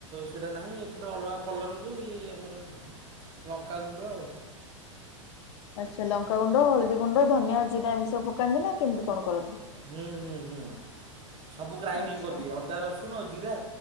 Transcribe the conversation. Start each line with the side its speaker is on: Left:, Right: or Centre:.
Right: ତ ସେଇଟା ନାହିଁ ଏପଟେ ଅଲଗା କଲରକୁ ଇ ଆମର ଲଙ୍କାଗୁଣ୍ଡ ଆଉ
Left: ଆଛା ଲଙ୍କାଗୁଣ୍ଡ ହଳଦୀ ଗୁଣ୍ଡ ଧନିଆ ଜିରା ଏମି ସବୁ ପକାନ୍ତି ନା କେମିତି କଣ କରନ୍ତି?
Right: ହୁଁ ହୁଁ ହୁଁ ସବୁ ଗ୍ରାଇଣ୍ଡିଙ୍ଗ
Left: ଆଚ୍ଛା
Right: କରିଦିଏ ଅଦା ରସୁଣ ଆଉ ଜିରା